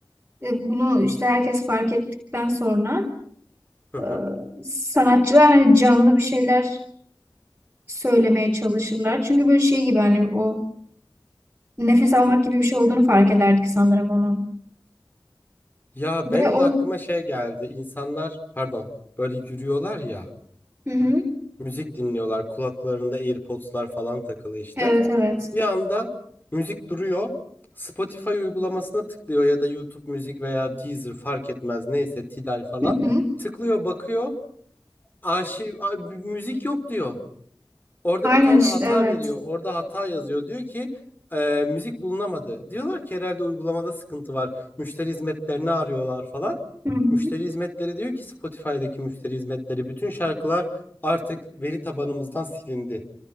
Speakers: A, on the right (about 20°); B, on the left (about 25°).
A: e, bunu işte herkes fark ettikten sonra
B: hı hı.
A: e, sanatçılar hani canlı bir şeyler söylemeye çalışırlar. Çünkü böyle şey gibi hani o nefes almak gibi bir şey olduğunu fark ederdik sanırım onun.
B: Ya
A: Ve
B: benim
A: o
B: de aklıma şey geldi. İnsanlar pardon böyle yürüyorlar ya
A: Hı hı.
B: müzik dinliyorlar kulaklarında AirPods'lar falan takılı işte.
A: Evet evet.
B: Bir anda müzik duruyor. Spotify uygulamasına tıklıyor ya da YouTube müzik veya Deezer fark etmez neyse Tidal falan.
A: Hı hı.
B: Tıklıyor bakıyor arşiv a- müzik yok diyor. Orada
A: Aynen
B: bir tane
A: işte
B: hata
A: evet.
B: veriyor. Orada hata yazıyor. Diyor ki e, müzik bulunamadı. Diyorlar ki herhalde uygulamada sıkıntı var. Müşteri hizmetlerini arıyorlar falan.
A: Hı
B: Müşteri
A: hı.
B: hizmetleri diyor ki Spotify'daki müşteri hizmetleri bütün şarkılar artık veri tabanımızdan silindi.